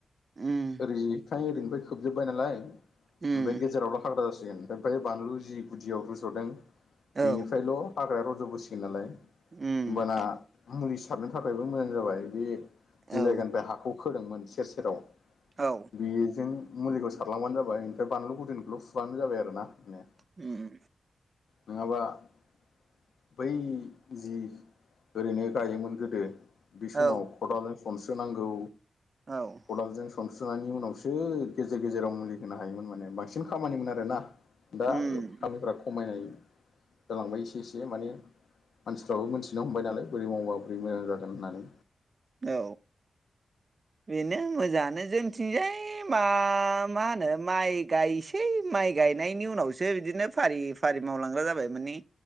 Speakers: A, on the right; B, on the left.
A: उम
B: ओरै फाय ओरैनिफ्राय खोबजोब्बाय नालाय ओमफाय
A: उम
B: गेजेरावल' हाग्रा जास सिगोन ओमफ्रायो बानलु जि गुदियाव रुज'दों
A: औ
B: बेनिफ्रायल' हाग्राया रज'बोसिगोन नालाय होमबाना
A: उम
B: मुलि सारनो थाखायबो मोजां जाबाय बे
A: औ
B: जि जायगानिफाय हाखौ खोदोंमोन सेर सेराव
A: औ
B: बेजों मुलिखौ सारलांबानो जाबाय ओमफाय बानलु हुदोनखौल' फुबानो जाबाय आरो ना। <unintelligible>
A: उम
B: नोङाबा बै
A: औ
B: खदालजों सनस्रोनांगौ
A: औ
B: खदालजों सनस्रो <unintelligible> नायनि उनावसो गेजेर गेजेराव मुलि होनो हायोमोन माने बांसिन खामानिमोन आरो ना। दा
A: उम
B: खामिफ्रा खमायनाय जालांबाय एसे एसे माने मानसिफ्राबो मोनथिनो हमबाय नालाय बोरै मावबा बोरै मोजां जागोन होननानै
A: औ बेनो मोजाङानो जोंथिंजाय मा मा होनो माइ गायसै माइ गायनायनि उनावसो बिदिनो फारि फा <unintelligible> मावलांग्रा जाबाय माने